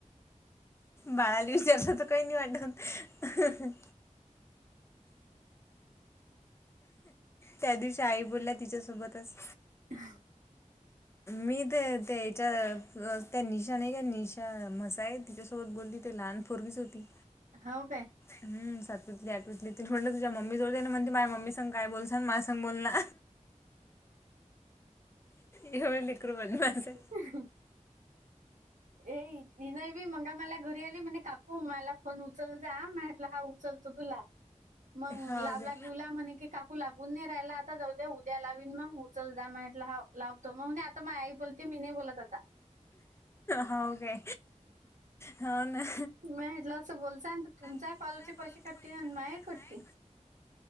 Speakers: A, on the left; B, on the right.
A: बाळाला विचारलं तर काही नाही वाटत. त्या दिवशी आई बोलला तिच्यासोबतच.
B: हा.
A: मी ते ते त्या निशा नाही का निशा म्हसाय तिच्यासोबत बोलली ते लहान पोरगीच होती.
B: हाव काय?
A: हम सातवतली आठवीतली तीन म्हं तुझ मम्मी जवळ दे, म्हण म माझम्मी सग काय बोलस ना माला. सां बोलला! एव निकरू म्हण माझं.
B: ह. ए ती नाही बी मंगा मला घरी आली म्हणे काकू मला फोन उचल जा म्हटलं हाऊ. लतो तुला. मग
A: हाव
B: लावला
A: काय?
B: गेऊला म्हणे की काकू लागून नाही राहिला, आता जाऊद्या उद्या लावीन मग. चल जा मटला ह लावतो, मग आता मा आई बोलते मी नाही बोलत आता.
A: हो का? हो ना!
B: <unintelligible> तं बोलचाय, तर तुमचा
A: काय
B: कॉलचे
A: कॉलरचे
B: पैसे कटते
A: कटले
B: माझ
A: आणि
B: कटते.
A: माये